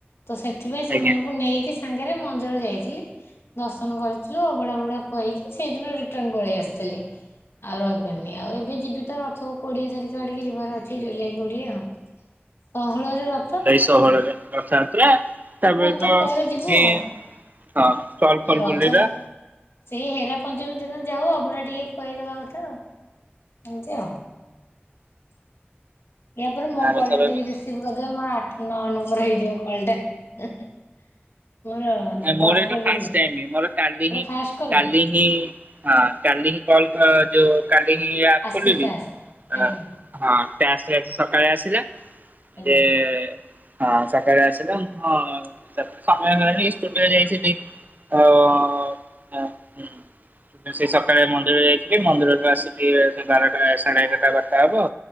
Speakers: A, on the left; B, on the right.
A: ତ ସେଥିପାଇଁ
B: ଆଜ୍ଞା।
A: ସେମାନଙ୍କୁ ନେଇକି ସାଙ୍ଗରେ ମନ୍ଦିର ଯାଇଥିଲି। ଦର୍ଶନ କରିଥିଲୁ ଅଭଡା ଫବଡା ଖୁଆଇକି ସେଇଦିନ ରିଟର୍ଣ୍ଣ ପଳେଇ ଆସିଥିଲି। ଆଉ ରହିପାରିନି ଆଉ ଏବେ ଯିବି ତ ରଥ କୋଡିଏ ତାରିଖ ଆଡିକେ ଯିବାର ଅଛି ଜୁଲାଇ କୋଡିଏ ଆଉ। ଷୋହଳ ରେ ର
B: ଏଇ ଷୋହଳରେ ରଥଯାତ୍ରା ତାପରେ
A: ରଥ
B: ତ
A: ପରେ ଯିବୁ
B: ସେ
A: ଆଉ।
B: ହଁ ଚଲ ଫଲ
A: ରଥ
B: ବୁଲିଲା
A: ସେଇ ହେରା ପଞ୍ଚମୀ ଦିନ ଯାଉ ଅଭଡା ଟିକେ ଖୁଆଇଦବା କଥା ଏମତି ଆଉ। ୟା ପରେ ମୋ
B: ଆରଥର
A: କଲ୍ ଟା ଟିକେ
B: ବି
A: ରିସିଭ୍ କରିଦେବେ ମୋର ଆଠ ନଅ ନମ୍ବର ହେଇଯିବ କଲ ଟା। ମୋର
B: ଏ ମୋର
A: ଦଶଟା
B: ଏଇଟା
A: ବିଜି
B: ଫାଷ୍ଟ ଟାଇମ୍ ମୋର କାଲି
A: ଏଟା
B: ହିଁ
A: ଫାଷ୍ଟ କଲ୍
B: କାଲି
A: ନା
B: ହିଁଁ ହଁ କାଲି ହିଁ କଲ ର ଯୋଉ କାଲି ହିଁ ଆପ୍
A: ଆସିଛି
B: ଖୋଲିଲି
A: ଟାସ୍କ ଆଜ୍ଞା
B: ଆଁ। ହଁ ଟ୍ୟାକ୍ସ ଆସି ସକାଳେ ଆସିଲ
A: ଆଜ୍ଞା
B: ଯେ ହଁ ସକାଳେ ଆସିଲା ମୁଁ ସମୟ <unintelligible> ଓ ହଁ ହୁଁ। ସେଇ ସକାଳେ ମନ୍ଦିର ଯାଇଥିଲି ମନ୍ଦିରରୁୁ ଆସିକି ସେ ବାରଟା ସାଢେ ଏଗାରଟା ବାରଟା ହବ